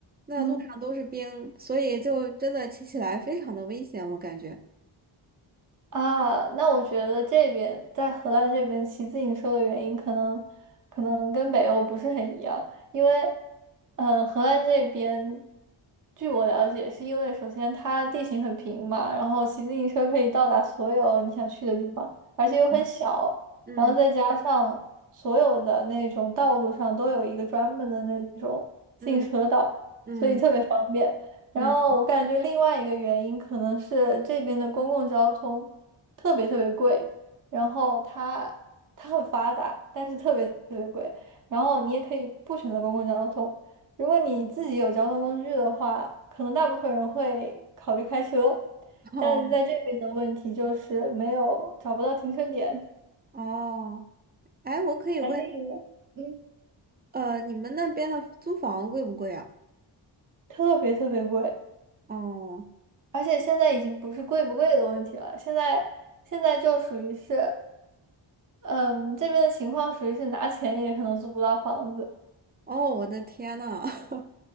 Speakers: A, on the right; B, on the right.
A: 那路上都是冰，
B: 嗯。
A: 所以就真的骑起来非常的危险，我感觉。
B: 啊，那我觉得这边在荷兰这边骑自行车的原因，可能可能跟北欧不是很一样，因为，嗯，荷兰这边，据我了解，是因为首先它地形很平嘛，然后骑自行车可以到达所有你想去的地方，而且又很小，
A: 嗯嗯
B: 然后再加上所有的那种道路上都有一个专门的那种自行车道，
A: 嗯嗯
B: 所以特别方便。然后我感觉另外一个原因可能是这边的公共交通。
A: 嗯，
B: 特别特别贵，然后它它很发达，但是特别特别贵。然后你也可以不选择公共交通，如果你自己有交通工具的话，可能大部分人会考虑开车，
A: <laughs> 哦
B: 但是在这边的问题就是没有找不到停车点，
A: 哦，哎，我可以问，
B: 还是因为嗯
A: 呃，你们那边的租房贵不贵啊？
B: 特别特别贵，
A: 哦。
B: 而且现在已经不是贵不贵的问题了，现在现在就属于是嗯这边的情况属于是拿钱也可能租不到房子。
A: 哦，我的天呐，<laughs>